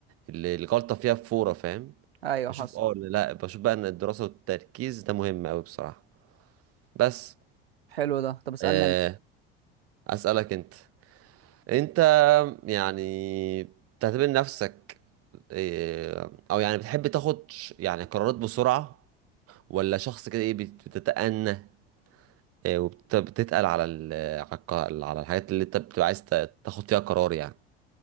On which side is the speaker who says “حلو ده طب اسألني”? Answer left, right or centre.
Right